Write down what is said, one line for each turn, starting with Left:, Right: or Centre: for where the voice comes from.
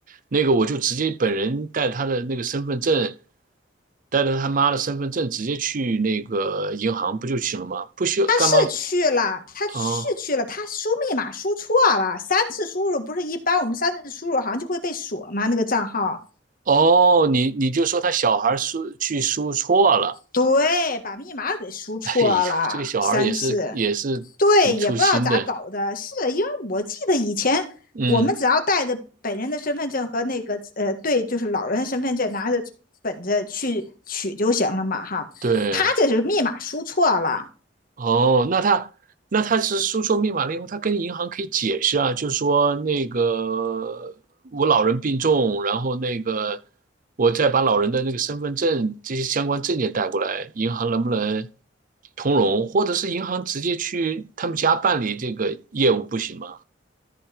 Right: 那个我就直接本人带他的那个身份证。带着他妈的身份证直接去那个银行不就行了吗？不需要干嘛？
Left: 他是去了，他是去了，
Right: 哦
Left: 他输密码输错了，三次输入不是一般我们三次输入好像就会被锁吗？那个账号，
Right: 哦，你你就说他小孩输去输错了。
Left: 对，把密码给输错了三次，
Right: <laughs> 哎呦，这个小孩也是也是挺粗心的。
Left: 对，也不知道咋搞的，是因为我记得以前我们只要带着本人的身份证和那个呃，
Right: 嗯，
Left: 对，就是老人身份证拿着本子去取就行了嘛，哈，
Right: 对。
Left: 他这是密码输错了，
Right: 哦，那他那他是输错密码了以后，他跟银行可以解释啊，就说那个我老人病重，然后那个我再把老人的那个身份证这些相关证件带过来，银行能不能通融，或者是银行直接去他们家办理这个业务不行吗？